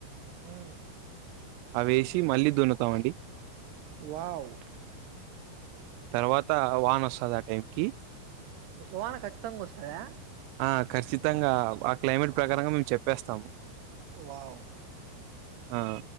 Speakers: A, on the right (about 65°); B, on the right (about 85°).
A: ఆ
B: అ వేసి మళ్ళీ దున్నుతామండి
A: వావ్
B: తర్వాత వాన వస్తది ఆ టైంకి
A: వానా ఖచ్చితంగా వస్తా స
B: ఆ ఖచ్చితంగా ఆ క్లైమేట్ ప్రకారంగా మేము చెప్పేస్తాము
A: వా్
B: ఆ